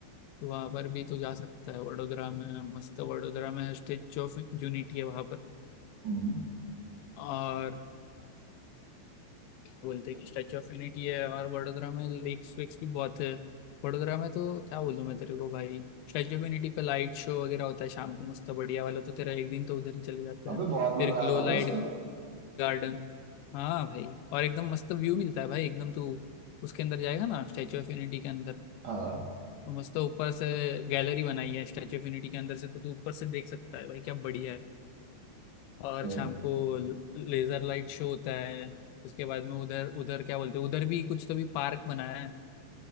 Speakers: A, on the left; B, on the right.
A: तो वहाँ पर भी तो जा सकता है वडोदरा में मस्त वडोदरा में स्टेच्यू ऑफ यूनिटी है वहाँ पर
B: हम्म,
A: और बोलते हैं कि स्टैचू ऑफ यूनिटी है और वडोदरा में लेक्स वेक्स भी बहुत है वडोदरा में तो क्या बोलूं मैं तेरे को भाई स्टैचू ऑफ यूनिटी पे लाइट शो वगैरह होता है शाम को मस्त बढ़िया वाला तो तेरा एक दिन तो उधर ही चले जाता
B: अबे
A: है
B: बहुत
A: फिर
B: मजा
A: ग्लो
B: आया
A: लाइट
B: अबे उस पर
A: गार्डन हाँ भाई और एकदम मस्त व्यू मिलता है भाई एकदम तू उसके अंदर जाएगा ना स्टैचू ऑफ यूनिटी के अंदर
B: हाँ
A: तो मस्त ऊपर से गैलरी बनाई है स्टैचू ऑफ यूनिटी के अंदर से तो तू ऊपर से देख सकता है भाई क्या बढ़िया है और
B: ओके
A: शाम को ल- लेजर लाइट शो होता है उसके बाद में उधर उधर क्या बोलते हैं उधर भी कुछ तो भी पार्क बनाया है